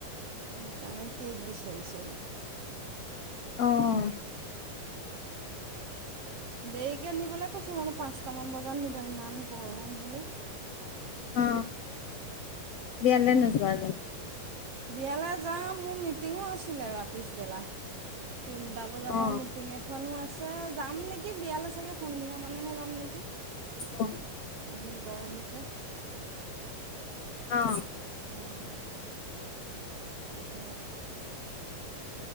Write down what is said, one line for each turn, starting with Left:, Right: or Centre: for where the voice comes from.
Right: সেইকাৰণে কেক বিচাৰিছে
Left: অ অ
Right: দেৰিকে নিবলৈ কৈছো মানো পাঁচটামান বজাত নিবলৈ কৈছো ইমান গৰম বুলু
Left: অ বিয়ালে
Right: তাকে
Left: নোজোৱা যেন
Right: বিয়ালৈ যাম মোৰ মিটিঙো আছিলে পিছবেলা তিনিটা বজাৰ
Left: অ
Right: পৰা মিটিং এখনো আছে যাম নেকি বিয়ালৈ চাগে সন্ধিয়া মানেহে যাম নেকি
Left: অ
Right: বহুত গৰম যে
Left: অ
Right: উম কে